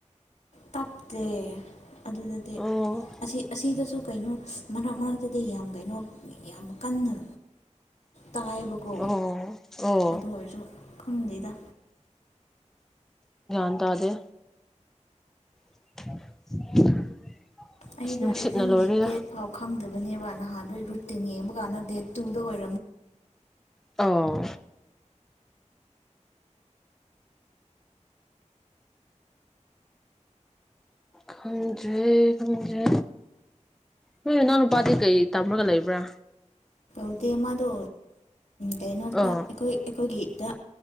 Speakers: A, on the left; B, in the centre.
A: ꯇꯞꯇ ꯑꯗꯨꯗꯗꯤ
B: ꯑꯣ
A: ꯑꯁꯤ ꯑꯁꯤꯗꯁꯨ ꯀꯩꯅꯣ ꯃꯔꯛ ꯃꯔꯛꯇꯗꯤ ꯌꯥꯝ ꯀꯩꯅꯣ ꯌꯥꯝ ꯀꯟꯅ ꯇꯥꯏꯕꯀꯣ
B: ꯑꯣ ꯑꯣ
A: ꯑꯗꯨ ꯑꯣꯏꯔꯁꯨ ꯈꯪꯗꯣꯏꯗ
B: ꯭ꯟ ꯇꯗ <unintelligible>
A: ꯑꯩꯗꯣ
B: ꯑꯁ ꯅꯨꯡꯁꯤꯠꯅ
A: ꯑꯦꯛꯖꯥꯝꯒꯤ
B: ꯂꯣꯏꯔꯦꯗ
A: ꯗꯦꯠ ꯐꯥꯎ ꯈꯪꯗꯕꯅꯦꯕ ꯅꯍꯥꯟꯗꯣ ꯔꯨꯇꯤꯅꯦ ꯑꯃꯨꯛ ꯀꯥꯟꯗꯦ ꯇꯨꯗ ꯑꯣꯏ
B: ꯑꯣ ꯈꯪꯗꯦ ꯈꯪꯗꯦ ꯅꯣꯏ ꯅꯍꯪ ꯅꯨꯄꯥꯗꯤ ꯀꯩ ꯇꯝꯃꯒ ꯂꯩꯕ꯭ꯔꯥ
A: ꯑꯗꯨꯗ ꯑꯃꯗ ꯀꯩꯅꯣꯗ
B: ꯑꯣ
A: ꯑꯩꯈꯣꯏ ꯑꯩꯈꯣꯏꯒꯤꯗ